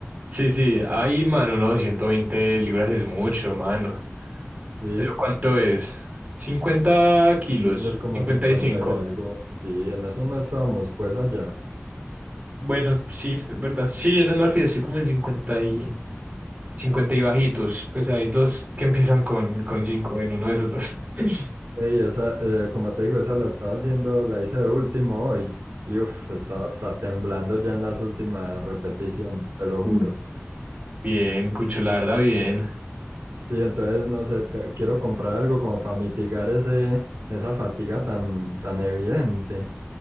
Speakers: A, on the right; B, on the right.
A: Sí, sí. Ay, mano, no, 120 libras es mucho, mano.
B: Sí,
A: ¿Eso cuánto es? cincuenta kilos.
B: Deben ser como
A: cincuenta
B: 50
A: y cinco
B: y algo. Sí, en eso no estábamos pues allá.
A: Bueno, sí, es verdad. Sí, yo en el Marfil estoy como en 50 y 50 y bajitos. Pues hay dos que empiezan con, con 5 en uno de esos dos. <laughs>
B: Ey, esa, eh, como te digo, esa la estaba haciendo, la hice de último hoy. Y uff, estaba hasta temblando ya en las últimas repeticiones, te lo
A: Mm.
B: juro.
A: Bien, Cucho, la verdad, bien.
B: Sí, entonces no sé, te- quiero comprar algo como para mitigar ese, esa fatiga tan, tan evidente.